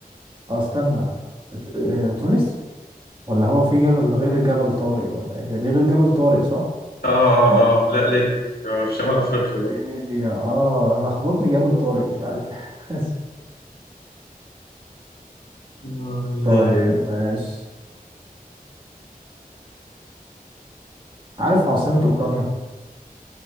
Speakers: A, on the right; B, on the left.
A: أو استنى ت- آه، تونس ولا هو في جبل غير جبل طارق ولا إيه هي دي غير جبل طارق صح
B: اه اه اه لا ليبيا آه، في شمال أفريقيا برضه
A: ليبيا آه أنا لخبطني جبل طارق مش عارف <laughs>
B: آه، لا
A: طيب ماشي عارف عاصمة أوكرانيا